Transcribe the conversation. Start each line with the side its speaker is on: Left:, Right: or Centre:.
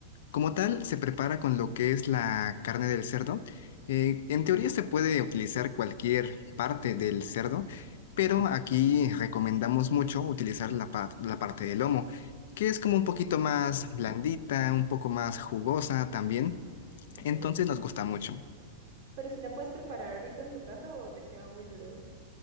Left: Como tal, se prepara con lo que es la carne del cerdo. Eh, en teoría se puede utilizar cualquier parte del cerdo, pero
Right: Ujú,
Left: aquí recomendamos mucho utilizar la, pa- la parte del lomo, que es como un poquito
Right: Oh.
Left: más blandita, un poco más jugosa también,
Right: Ok.
Left: entonces nos gusta mucho.
Right: Pero si la puedes preparar ahorita en tu casa o te queda muy duro.